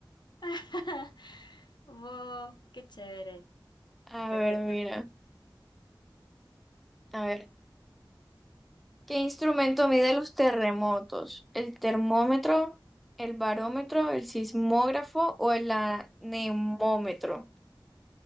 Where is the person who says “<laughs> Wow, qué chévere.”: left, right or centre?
Left